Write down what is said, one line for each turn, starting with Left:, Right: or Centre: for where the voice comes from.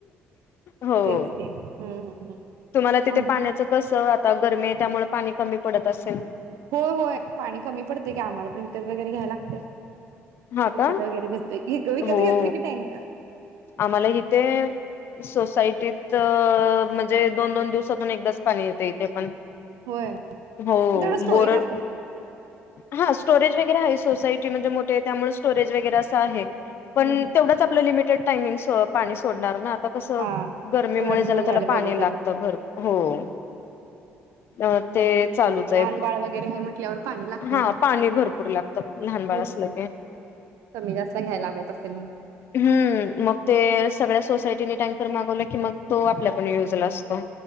Left: हो.
Right: तेच की हम्म हम्म
Left: तुम्हाला तिथ
Right: हम्म
Left: पाण्याचं कस आता गरमी आहे त्यामुळे पाणी कमी पडत असेल
Right: होय, होय पाणी कमी पडतंय की आम्हाला पण विकत वगैरे घ्याय लागतंय.
Left: हा
Right: विकत
Left: का
Right: वगैरे घेतोय. घे विकत
Left: हो
Right: घेतोय की टॅंकर.
Left: आम्हाला इथे सोसायटीत म्हणजे दोन, दोन दिवसातून एकदाच पाणी येतंय इथे पण.
Right: होय मग
Left: हो
Right: तेवढं स्टोरेज
Left: बोरर
Right: असेल की?
Left: हा स्टोरेज वगैरे आहे सोसायटी म्हणजे मोठी हाय त्यामुळं स्टोरेज वगैरे असं आहे. पण
Right: हम्म हम्म
Left: तेवढाच आपलं लिमिटेड टाइमिंग सो पाणी सोडणार ना आता कसं
Right: हा
Left: गर्मीमुळे
Right: तेवढ्यात
Left: ज्याला
Right: भरून व्हायला
Left: त्याला पाणी
Right: पाहिजे सगळं
Left: लागतं भरपूर. हो. अ ते चालूच आहे
Right: लहान बाळ वगैरे आहे म्हंटल्यावर पाणी लागतंय
Left: हा
Right: ना.
Left: पाणी भरपूर लागतं लहान बाळ
Right: तेच
Left: असलं
Right: की, कमी जास्त घ्यायला लागत असतील मग?
Left: हम्म मग ते सगळ्या सोसायटीने टँकर मागवलं की मग तो आपल्या पण युजला असतो.